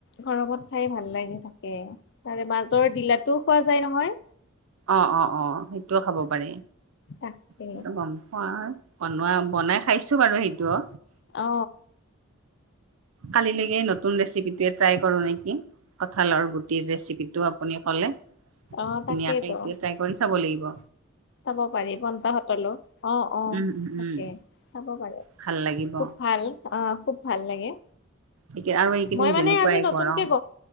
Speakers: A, on the left; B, on the right.
A: গৰমত খাই ভাল লাগে তাকে, তাৰে মাজৰ ডিলাটোও খোৱা যায় নহয়।
B: অ অ অ সেইটোও খাব পাৰে,
A: তাকে
B: সেইটো গম পোৱা বনোৱা বনাই খাইছো বাৰু সেইটোও
A: অ
B: কালিলৈকে নতুন ৰেচিপিটোৱে ট্ৰাই কৰো নেকি কঁঠালৰ গুটিৰ ৰেচিপিটো আপুনি ক'লে।
A: অ তাকেইতো
B: ধুনীয়াকে এইটোৱে ট্ৰাই কৰি চাব লাগিব।
A: খাব পাৰি পইতা ভাতৰ লগত, অ অ
B: উম, উম,
A: তাকে
B: উম,
A: খাব পাৰে।
B: ভাল লাগিব।
A: খুব ভাল অ খুব ভাল লাগে।
B: এতিয়া আৰু এইকেইদিন
A: মই মানে
B: যেনেকুৱাই
A: আজি নতুনকে
B: গৰম
A: ক